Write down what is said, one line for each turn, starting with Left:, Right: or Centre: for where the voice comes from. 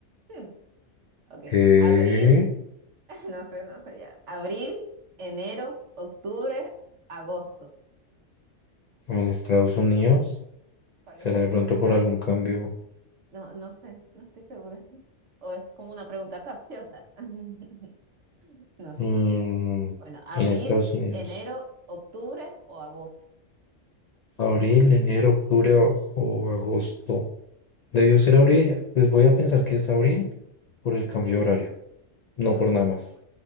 Right: Hmm, ok.
Left: ¿Qué?
Right: Abril, <laughs> no sé, no sé ya. Abril, enero, octubre, agosto.
Left: en Estados Unidos.
Right: ¿Cuál
Left: ¿Será
Right: es el
Left: de
Right: mes
Left: pronto
Right: más largo?
Left: por algún cambio
Right: No, no sé, no estoy segura. O es como una pregunta capciosa. <laughs> No sé.
Left: mm,
Right: Bueno, abril,
Left: en Estados Unidos?
Right: enero, octubre o agosto.
Left: Abril, enero, octubre o, o agosto. Debió ser abril, pues voy a pensar que es abril por el cambio
Right: Ok,
Left: de horario, no
Right: veamos,
Left: por nada
Right: veamos.
Left: más.